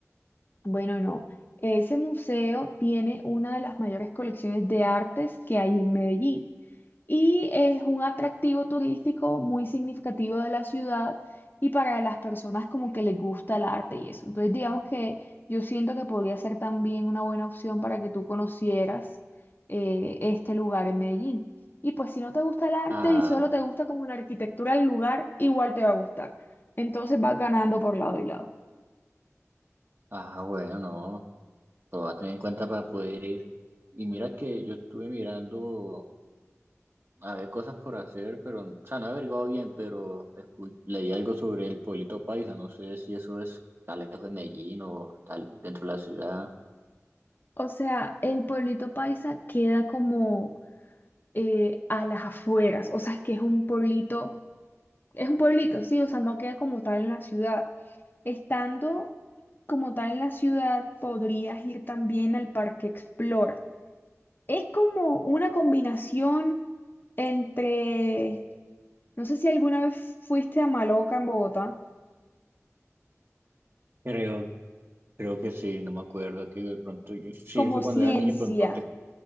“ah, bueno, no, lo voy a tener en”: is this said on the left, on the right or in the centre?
Right